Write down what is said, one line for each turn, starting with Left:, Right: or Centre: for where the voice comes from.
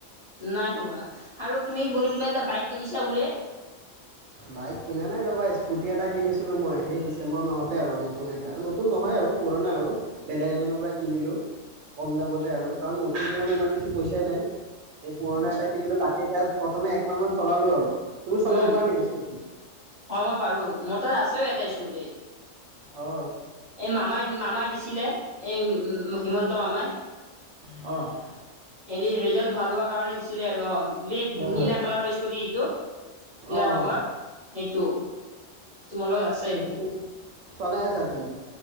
Centre: নাই হোৱা আৰু তুমি বোলে কিবা এটা বাইক কিনিছা বোলে?
Right: বাইক কিনা নাই ৰ'বা স্কুটি এটা কিনিছিলোঁ মই সেই ডিচেম্বৰ মাহতে আৰু নতুন এ নতুন নহয় আৰু পুৰণা আৰু বেলেগ এজনৰ পৰা কিনিলোঁ, কম দামতে আৰু কাৰণ নতুন কিনলৈ ইমান বেছি পইচাই নাই, এই পুৰণা
Centre: আচ্ছা
Right: এটা কিনিলোঁ তাকে এতিয়া প্ৰথমে একমাহ মান চলালো আৰু তুমি চলাব
Centre: উম
Right: পাৰা নেকি স্কুতি?
Centre: হয় মই পাৰো, মোৰ তাত আছ এটা স্কুটি।
Right: অফ
Centre: এই মামাই -মামাই দিছিলে এই হিমন্ত মামাই।
Right: অহ ',
Centre: হৰি ৰিজাল্ট ভাল হোৱা কাৰণে দিছিলে আৰু অ এই
Right: হয়
Centre: নীলা
Right: হয়
Centre: কালাৰৰ স্কুটি টো, নীলা
Right: অঁ
Centre: ৰঙৰ
Right: অঁ
Centre: সেইটো, তোমাৰ লগত আছ
Right: <unintelligible> চলাই আছা তুমি?